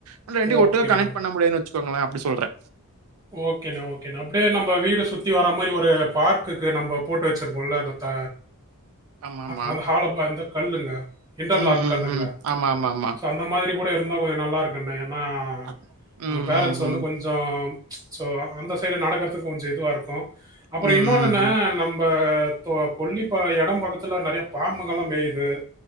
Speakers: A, on the right; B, on the right.
A: ஆனா ரெண்டையு
B: ஓகேண்ணா,
A: ஒன்னா கனெக்ட் பண்ண முடியாது வெ வெச்சுக்கோங்களே அப்டி சொல்றே
B: ஓகேண்ணே ஓகேண்ணா அப்டியே நம்ம வீடு சுத்தி வர மாரி ஒரு பார்க்குக்கு நம்ம போட்டு வெச்சிருக்கோல்ல அ த
A: ஆமாமா.
B: அந்த ஹால அந்த கல்லுங்க இன்டர்லாக்
A: ம், ம்,
B: கல்லுங்க
A: ம். ஆமாமாமா.
B: சோ அந்த மாரி கூட இருந்தா கொஞ்சோ நல்லா இருக் குங்கண்ண ஏன்னா
A: அத்
B: நம்ம
A: ம்,
B: பேரண்ட்ஸ்
A: ம்,
B: வந்து
A: ம்.
B: கொஞ்சோ சோ அந்த சைடு நடக்கறதுக்கு கொஞ்ச இதுவா இருக்கு அப்றோ
A: ம், ம்,
B: இன்னோன்னுண்ண
A: ம்.
B: நம் இப்ப கொல்லிப்ப எடம் பக்கத்துல நெறைய பாம்புங்கல்லா மேயுது